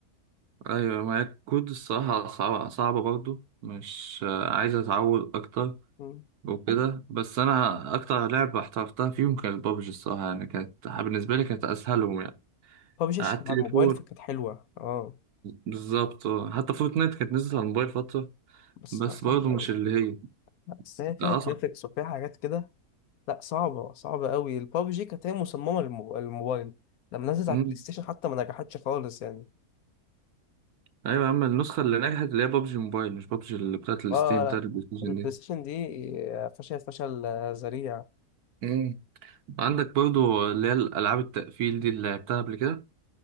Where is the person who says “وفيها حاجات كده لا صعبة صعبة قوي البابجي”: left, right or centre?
Left